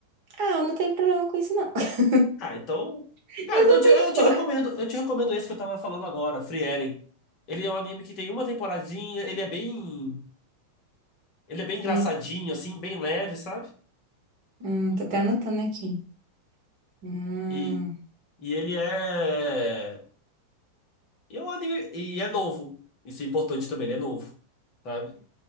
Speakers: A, on the right (about 45°); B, on the left (about 40°).
A: Ah, eu não tenho problema com isso, não. <laughs>
B: Ah, então.
A: Eu
B: Cara, então
A: sou
B: eu te,
A: bem
B: eu
A: de
B: te
A: boa.
B: recomendo. Eu te recomendo esse que eu tava falando agora, Free Eren. Ele é um anime que tem uma temporadinha, ele é bem. Ele é bem engraçadinho,
A: Pri-
B: assim, bem leve, sabe?
A: Hum, tô até anotando aqui. Hum.
B: E, e ele é. E é um anime. E é novo. Isso é importante também, ele é novo, sabe?